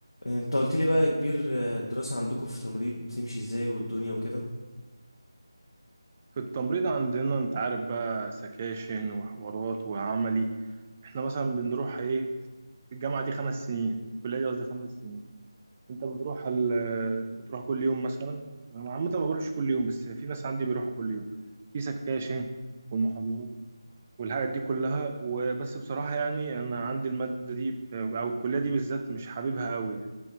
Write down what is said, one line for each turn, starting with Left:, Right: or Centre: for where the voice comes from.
Left: انت قلت لي بقى يا كبير آه، الدراسة عندكم في تمريض بتمشي ازاي والدنيا وكده
Right: في التمريض عندنا انت عارف بقى سكاشن وحوارات وعملي احنا مثلا بنروح ايه الجامعة دي خمس سنين الكلية دي قصدي خمس سنين انت بتروح ال... بتروح كل يوم مثلا انا عامة ما بروحش كل يوم بس في ناس عندي بيروحوا كل يوم في سكاشن والمحاضرات والحاجات دي كلها وبس بصراحة يعني انا عندي المادة دي او الكلية دي بالذات مش حاببها قوي يعني